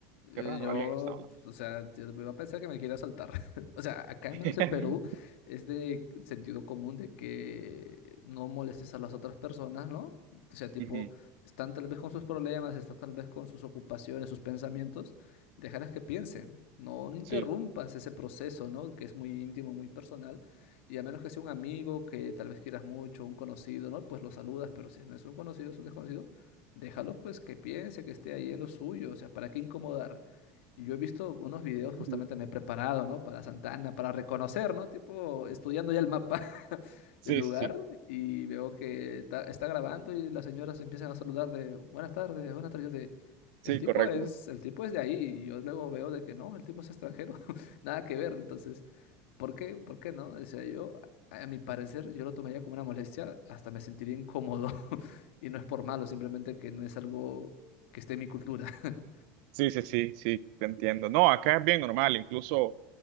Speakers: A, on the left; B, on the right.
A: Eh,
B: qué raro,
A: Yo,
B: alguien me está hablando.
A: o sea, yo iba a pensar que me quiere asaltar. <laughs> O sea, acá al
B: <laughs>
A: menos en Perú es de sentido común de que no molestes a las otras personas, ¿no? O sea, tipo,
B: Ujú,
A: están tal vez con sus problemas, están tal vez con sus ocupaciones, sus pensamientos, déjalas que piensen. No, no interrumpas
B: Sí,
A: ese proceso, ¿no? Que es muy íntimo, muy personal. Y a menos que sea un amigo que tal vez quieras mucho, un conocido, ¿no? Pues lo saludas, pero si no es un conocido, es un desconocido Déjalo pues que piense, que esté ahí en lo suyo, o sea, ¿para qué incomodar? Y yo he visto unos videos,
B: sí,
A: justamente me he preparado, ¿no? Para Santana, para reconocer, ¿no? Tipo, estudiando ya el mapa
B: sí,
A: del lugar
B: sí,
A: y veo que ta- está, grabando y las señoras empiezan a saludar de buenas tardes, buenas tardes. Yo de, el
B: sí,
A: tipo
B: correcto.
A: es, el tipo es de ahí. Y yo luego veo de que no, el tipo es extranjero, <laughs> nada que ver. Entonces, ¿por qué? ¿Por qué no? Decía yo, a a mi parecer, yo lo tomaría como una molestia, hasta me sentiría incómodo. <laughs> Y no es por malo, simplemente que no es algo que esté en mi cultura. <laughs>
B: Sí, sí, sí, sí, te entiendo. No, acá es bien normal, incluso.